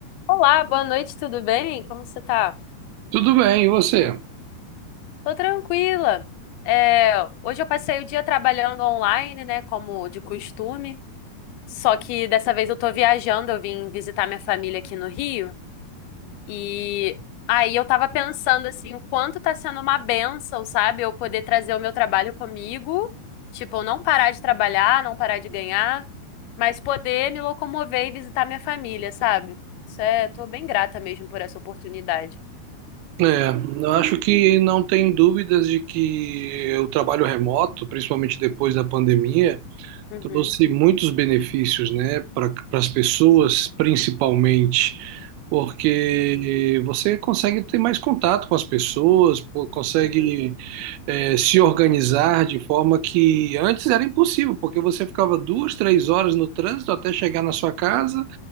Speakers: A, on the left; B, on the right.
A: Olá, boa noite, tudo bem? Como você tá?
B: Tudo bem, e você?
A: Tô tranquila. É, hoje eu passei o dia trabalhando online, né, como de costume. Só que dessa vez eu tô viajando, eu vim visitar minha família aqui no Rio. E aí eu tava pensando assim, o quanto tá sendo uma bênção, sabe? Eu poder trazer o meu trabalho comigo, tipo, eu não parar de trabalhar, não parar de ganhar, mas poder me locomover e visitar minha família, sabe? Isso é, tô bem grata mesmo por essa oportunidade.
B: É, eu acho que não tem dúvidas de que o trabalho remoto, principalmente depois da pandemia,
A: Uhum.
B: trouxe muitos benefícios, né, para as pessoas, principalmente, porque
A: Uhum,
B: você consegue ter mais contato com as pessoas, pô, consegue,
A: uhum,
B: é, se organizar de forma que antes era impossível, porque você ficava duas, três horas no trânsito até chegar na sua casa.